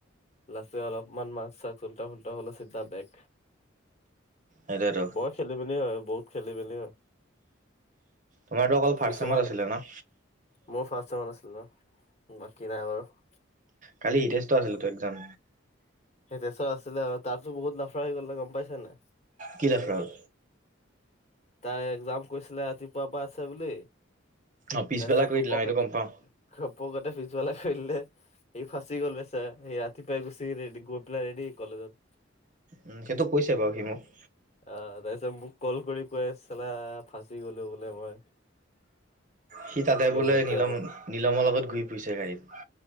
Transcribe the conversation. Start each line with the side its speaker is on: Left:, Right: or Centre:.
Left: লাষ্টে অলপমান মাক্স চাক্স উল্ট পুল্টা হলে চিধা বেগ
Right: সেইটোৱেইটো
Left: খেলি মেলি হয় বহুত খেলি মেলি হয়
Right: তোমাৰতো অকল ফাৰ্ষ্ট
Left: কিছুমান
Right: চেমত আছিলে ন
Left: মোৰ ফাৰ্ষ্ট চেমত আছিল ন বাকী নাই বাৰু
Right: কালি হিতেজষ্টটো আছিলতো এক্সাম
Left: সেই বেছৰ আছিল আৰু তাৰ পাছত বহুত লাফৰা হৈ গল তই গম পাইছনে নাই
Right: কি লাফৰা হল
Left: তাই একজাম কৈছিলে ৰাতিপুৱা পৰা আছে বুলি
Right: অ পিছবেলা
Left: তাৰপিছত
Right: কৰি
Left: ঘপকে
Right: দিলে আও এইটো গম পাও
Left: ঘপকতে পিছফালে কৰি দিলে সিই ফাচি গল বেছেৰা সি ৰাতিপুৱা গুচি গেলে গৈ পেলাই ৰেডী সি কলেজত
Right: উম সেইটো কৈছে বাৰু সি মোক।
Left: আহ তাৰপিছত মোক কল কৰি কৈ আছে চালা ফাঁচি গলো বোলে মই।
Right: সি তাতে
Left: কি
Right: বোলে
Left: হ'ব এতিয়া
Right: নীলম
Left: মোৰ
Right: নীলমৰ লগত ঘূৰি ফুৰিছে গাড়ীত।